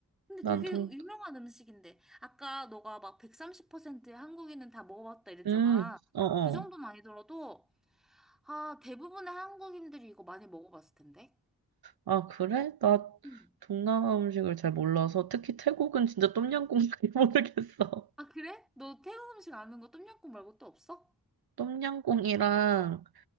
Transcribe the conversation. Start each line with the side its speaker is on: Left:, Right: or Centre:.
Centre: 근데
Right: 난
Centre: 되게
Right: 동,
Centre: 유명한 음식인데 아까 너가 막 130%의 한국인은 다 먹어봤다 이랬잖아.
Right: 음, 어어.
Centre: 그 정도는 아니더라도 아 대부분의 한국인들이 이거 많이 먹어봤을 텐데.
Right: 아, 그래? 나
Centre: 음.
Right: 동남아 음식을 잘 몰라서 특히 태국은 진짜 똠양꿍밖에 <laughs> 모르겠어.
Centre: 아 그래? 너 태국 음식 아는 거 똠양꿍 말고 또 없어?
Right: 똠양꿍이랑